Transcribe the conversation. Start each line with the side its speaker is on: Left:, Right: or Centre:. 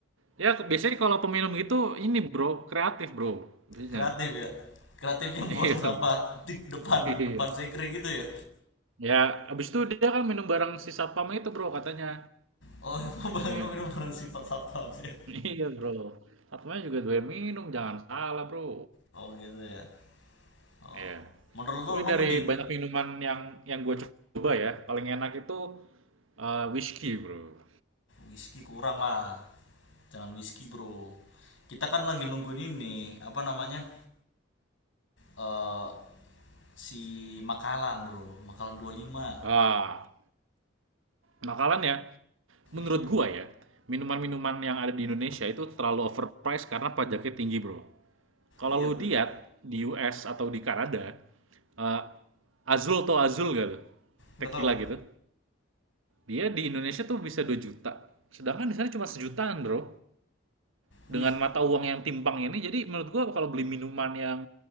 Right: Ya, biasanya kalau peminum gitu ini bro, kreatif bro. Biasanya.
Left: Kreatif
Right: <laughs>
Left: ya. Kreatifnya buang
Right: Iya,
Left: sampah
Right: bro.
Left: di depan
Right: Iya.
Left: depan sekre gitu ya.
Right: Ya, abis itu dia kan minum barang si satpam itu bro katanya.
Left: Oh, <laughs> emang bang
Right: Iya.
Left: minum bareng sifat satpam ya.
Right: Iya bro, Fatma juga doyan minum, jangan salah bro.
Left: Oh gitu ya. Oh.
Right: Iya.
Left: Menurut
Right: Tapi
Left: lo, lo
Right: dari
Left: mending
Right: banyak minuman yang yang gue coba ya, paling enak itu eh, whisky bro.
Left: Whisky kurang lah. Jangan whisky, Bro. Kita kan lagi nungguin ini, apa namanya? Eh si Makalan, Bro. Makalan 25.
Right: Ah, makalannya menurut
Left: Iya.
Right: gua ya, minuman-minuman yang ada di Indonesia itu terlalu overpriced karena pajaknya tinggi, Bro. Kalau
Left: Iya
Right: lu
Left: bener
Right: lihat di US atau di Kanada, eh, Azul atau Azul gak tuh?
Left: Nggak
Right: Tequila
Left: tahu.
Right: gitu. Dia di Indonesia tuh bisa 2 juta. Sedangkan di sana cuma sejutaan, Bro. dengan
Left: Wih.
Right: mata uang yang timpang ini jadi menurut gua kalau beli minuman yang